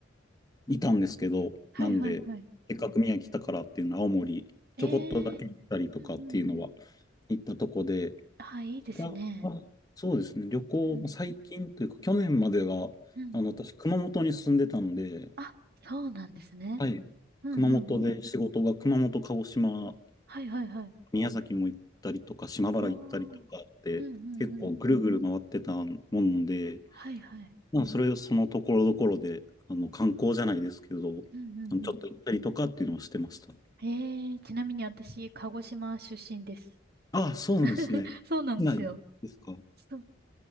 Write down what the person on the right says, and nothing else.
はいはいはい。
ええ
うんうんうん。
あ、いいですね。
うん
うん
あ、そうなんですね。
うんうんうん。
はいはいはい。
おー、うんうんうん。
はいはい。
うんうんうん。
ええちなみに私、鹿児島出身です。
<laughs> そうなんですよ。
そう、ん